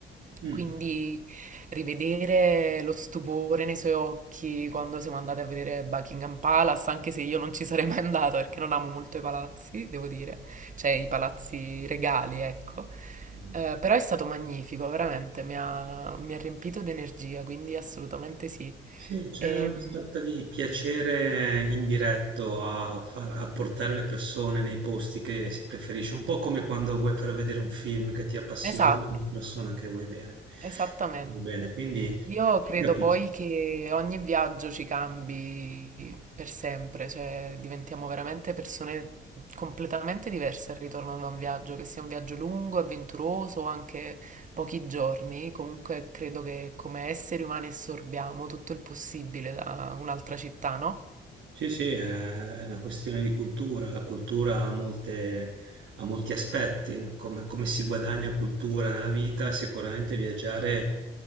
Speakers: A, on the right; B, on the right.
A: Mh.
B: Quindi rivedere lo stupore nei suoi occhi quando siamo andati a vedere Buckingham Palace, anche se io non ci sarei mai andata perché non amo molto i palazzi, devo dire, cioè i palazzi regali, ecco.
A: Mh.
B: Eh, però è stato magnifico, veramente, mi ha, mi ha riempito di energia, quindi assolutamente sì.
A: Sì, c'è
B: Ehm,
A: una sorta di piacere indiretto a, far, a portare le persone nei posti che si preferisce, un po' come quando vuoi far vedere un film che ti appassiona,
B: esatto,
A: una persona che vuoi bene.
B: esattamente.
A: Vuoi bene, quindi
B: Io credo
A: ti capisco.
B: poi che ogni viaggio ci cambi per sempre, cioè diventiamo veramente persone completamente diverse al ritorno da un viaggio, che sia un viaggio lungo, avventuroso o anche pochi giorni. Comunque credo che come esseri umani assorbiamo tutto il possibile da un'altra città, no?
A: Sì, sì, è è una questione di cultura. La cultura ha molte- ha molti aspetti. Come, come si guadagna cultura nella vita, sicuramente viaggiare